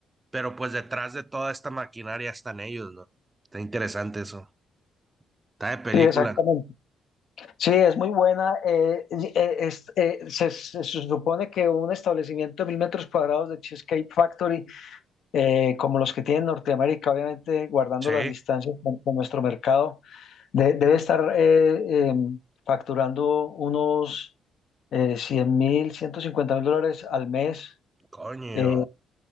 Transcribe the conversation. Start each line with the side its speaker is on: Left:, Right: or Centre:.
Right: pero pues detrás de toda esta maquinaria están ellos, ¿no? Está interesante eso. Está de película.
Left: Sí, exactamente. Sí, es muy buena. eh, y- eh, es- eh, se, se supone que un establecimiento de mil metros cuadrados de Cheesecake Factory, eh, como los que tiene en Norteamérica, obviamente guardando
Right: Sí.
Left: las distancias con, con nuestro mercado, de- debe estar eh, eh, facturando unos eh, 100 mil, ciento cincuenta mil dólares al mes.
Right: Coño.
Left: Eh,